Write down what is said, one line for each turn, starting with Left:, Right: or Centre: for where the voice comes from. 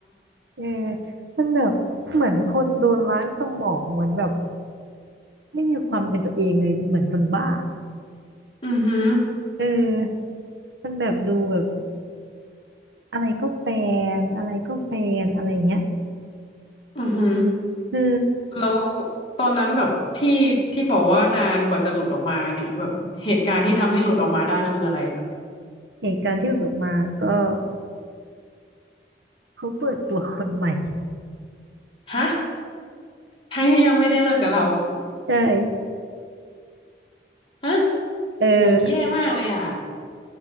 Right: เออมันแบบเหมือนคนโดนล้างสมองเหมือนแบบไม่มีความเป็นตัวเองเลยเหมือนคนบ้า
Left: อือหือ
Right: เออมันแบบดูแบบอะไรก็แฟนอะไรก็แฟนอะไรอย่างเงี้ย
Left: อือหือ
Right: คือ
Left: แล้วตอนนั้นแบบที่ที่บอกว่านานกว่าจะหลุดออกมาเนี่ยแบบเหตุการณ์ที่ทำให้หลุดออกมาได้คืออะไรอ่ะ
Right: เหตุการณ์ที่หลุดออกมาก็เขาเปิดตัวคนใหม่
Left: ฮะทั้งที่ยังไม่ได้เลิกกับเรา
Right: ใช่
Left: ฮะ
Right: เออ
Left: โหแย่มากเลยอ่ะ